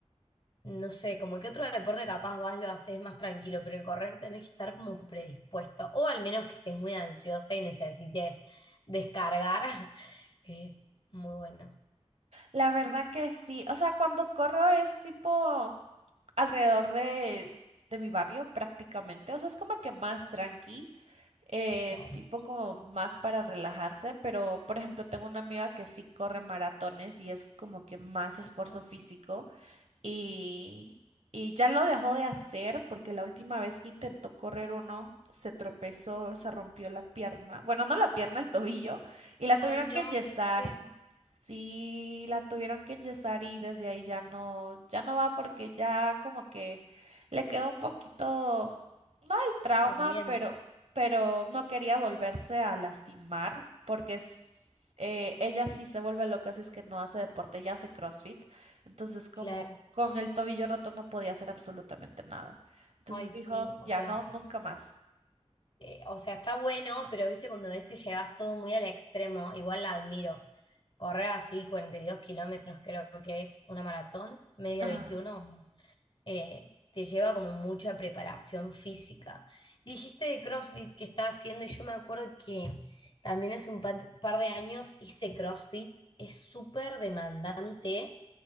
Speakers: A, on the left; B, on the right.
A: no sé, como que otro deporte capaz vas, lo haces más tranquilo, pero el correr tenés que estar como predispuesto, o al menos que estés muy ansiosa y necesites descargar. <laughs> Es muy bueno,
B: la Mm. verdad que sí. O sea, cuando corro es tipo alrededor de, de mi barrio prácticamente. O sea, es como que más tranqui, eh,
A: claro.
B: tipo como más para relajarse. Pero, por ejemplo, tengo una amiga que sí corre maratones y es como que más
A: Maratón.
B: esfuerzo físico. y, y ya lo dejó de hacer porque la última vez que intentó correr uno se tropezó, se rompió la pierna, bueno, no la pierna, el tobillo, y la
A: Ay,
B: tuvieron
A: no,
B: que enyesar.
A: qué feo.
B: Sí, la tuvieron que enyesar y desde ahí ya no, ya no va porque ya como que le quedó un poquito, no el trauma,
A: Doliendo.
B: pero, pero no quería volverse
A: Ah,
B: a lastimar porque es- eh, ella sí se vuelve loca si es que no hace deporte, ya hace CrossFit. Entonces, como
A: claro.
B: con el tobillo roto no podía hacer absolutamente nada. Entonces
A: Ay,
B: dijo,
A: sí, o
B: ya
A: sea.
B: no, nunca más.
A: eh, o sea, está bueno, pero viste, cuando a veces llevas todo muy al extremo, igual la admiro. Correr así 42 kilómetros creo que es una maratón, media
B: Ajá,
A: 21 eh, te lleva como mucha preparación física. Y dijiste de CrossFit que estás haciendo, y yo me acuerdo que también hace un par, par de años hice CrossFit, es súper demandante,